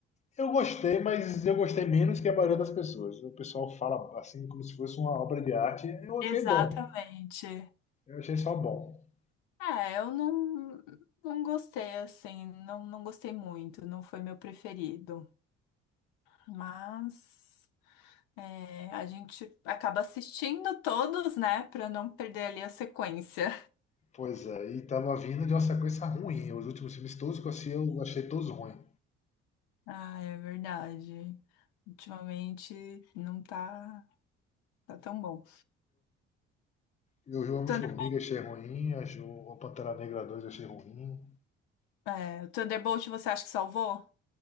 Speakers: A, on the left (about 20°); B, on the left (about 75°).
A: Eu gostei, mas eu gostei menos que a maioria das pessoas. O pessoal fala assim como se fosse uma obra de arte. Eu achei
B: Exatamente.
A: bom. Eu achei só bom.
B: É, eu não, não gostei assim, não, não gostei muito, não foi meu preferido. Mas é, a gente acaba assistindo todos, né, pra não perder ali a sequência.
A: Pois é, e tava vindo de uma sequência ruim. Os últimos filmes todos que eu assisti, eu achei todos ruins.
B: Ah, é verdade. Ultimamente não tá, tá tão bom.
A: Eu o Homem-Formiga
B: Thunder-
A: achei ruim, eu- o Pantera Negra 2 achei ruim.
B: é, Thunderbolt, você acha que salvou?